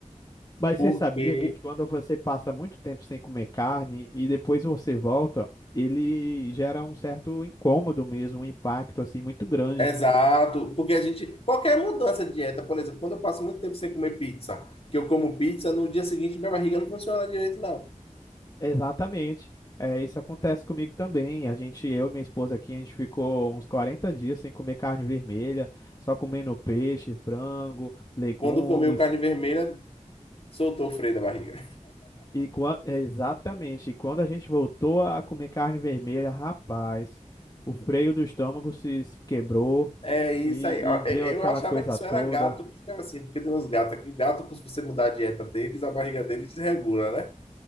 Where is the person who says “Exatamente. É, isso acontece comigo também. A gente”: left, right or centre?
Left